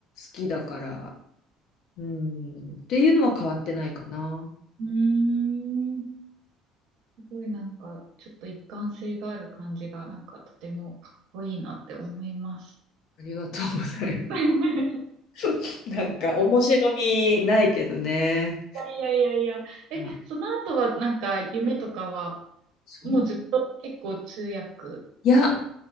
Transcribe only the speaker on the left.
きだから、うん、っていうのは変わってないかな。
ありがとうございま
す。<laughs> なんか面白みないけどね。
あ
その、
いや、